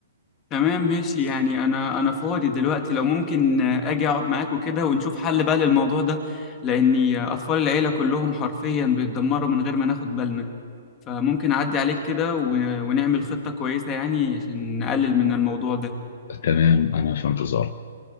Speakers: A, on the left; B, on the left.
A: تمام ماشي يعني انا انا فاضي دلوقتي لو ممكن آه، اجي اقعد معاك وكده ونشوف حل بقى للموضوع ده لاني آه، اطفال العيله كلهم حرفيا بيتدمروا من غير ما ناخد بالنا فممكن اعدي عليك كده و- ونعمل خطه كويسه يعني عشان نقلل من الموضوع ده
B: تمام انا في انتظارك